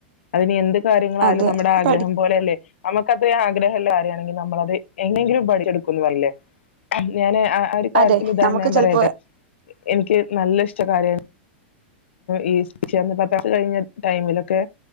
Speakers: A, on the left; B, on the right.
A: അതിന് എന്ത് കാര്യങ്ങളായാലും
B: അതെ
A: നമ്മുടെ ആഗ്രഹം
B: പഠി
A: പോലെയല്ലേ നമുക്ക അത്രയും ആഗ്രഹമുള്ള കാര്യമാണെങ്കിൽ നമ്മളത് എങ്ങനെങ്കിലും പഠിച്ചെടുക്കുന്നു അല്ലേ ഞാന് ഒരു കാര്യത്തി
B: അതെ
A: ഉദാഹരണം
B: നമുക്ക്
A: ഞാൻ
B: ചെലപ്പോ
A: പറയട്ടെ എനിക്ക് നല്ല ഇഷ്ട കാര്യ ഈന്ന് പത്ര കഴിഞ്ഞ ടൈമിലൊക്കെ